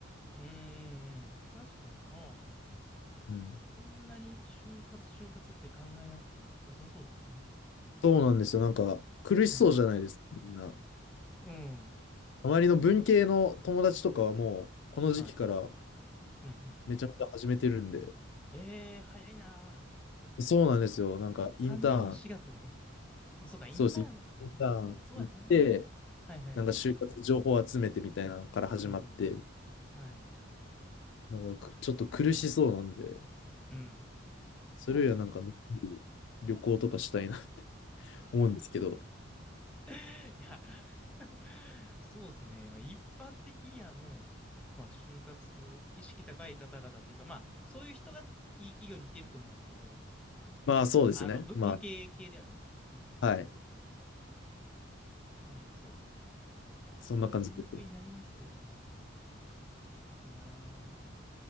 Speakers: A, in the centre; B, on the left.
A: うーん。確かにな。
B: うん。
A: そんなに就活就活って考えなくて良さそうっすね。
B: そうなんですよ。なんか、苦しそうじゃないですか、
A: はい。
B: みんな。
A: うん。
B: 周りの文系の友達とかはもう、この時期から
A: はい。うんうん。
B: めちゃめちゃ始めてるんで。
A: ええ、早いな。
B: そうなんですよ。なんか、
A: 3年の4月で。
B: インターン、
A: まあ、そうか、インターン
B: そうです。インターン行って、
A: 考えてそうやな。はいはい。
B: なんか就活情報集めてみたいなのから始まって、
A: うん。はい。
B: なんかくちょっと苦しそうなんで、
A: うん。
B: それよりはなんかのんびり旅行とかしたいな
A: そうですね。
B: <laughs> と思うんですけど、
A: <laughs> いや <laughs> そうですね。まあ、一般的にはもう、まあ、就活意識高い方々というか、まあ、そういう人がいい企業に行けると思うんですけど、
B: まあそうですね。
A: あの、ぶ文系系ではね。
B: ま
A: ね。
B: あ、はい。
A: うん、そう。いや、
B: そんな感じです。
A: そういうムーブになりますよ。うんうん。なるほど。